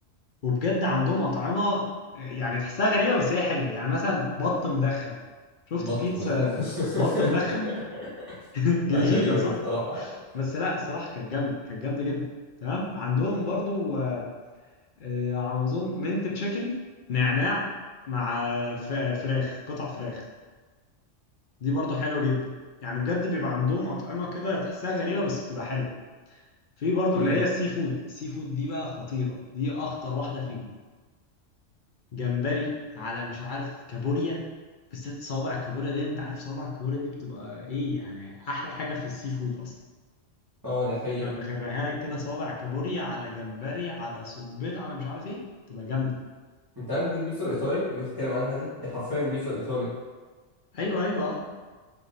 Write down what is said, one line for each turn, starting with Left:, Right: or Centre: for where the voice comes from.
Left: وبجد عندهم أطعمة يعني تحسها غريبة بس هي حلوة يعني مثلا بط مدخن شفت
Right: بط
Left: بيتزا
Right: مدخن
Left: بط
Right: <laughs>
Left: مدخن <laughs> جديدة
Right: لا غريبه
Left: صح
Right: دي بصراحه يعني
Left: بس لا صراحة كانت جامدة كانت جامدة جدا تمام عندهم برضو آه، آه، على ما أظن منت تشيكن نعناع مع آه، ف- فراخ قطع فراخ دي برضو حلوة جدا يعني بجد بيبقى عندهم أطعمة كده تحسها غريبة بس بتبقى حلوة في برضو
Right: امم
Left: اللي هي السي فود السي فود دي بقى خطيرة دي أخطر واحدة فيهم جمبري على مش عارف كابوريا بالذات صوابع الكابوريا دي انت عارف صوابع الكابوريا دي بتبقى ايه يعني احلى حاجه في السي فود اصلا
Right: اه دي حقيقة
Left: يبقى مغرقها لك كده صوابع كابوريا على جمبري على صبيط على مش عارف ايه تبقى جامده
Right: انت عارف دي البيتزا الايطالي اللي نتكلم عنها دي دي حرفيا بيتزا الايطالي
Left: ايوه ايوه اه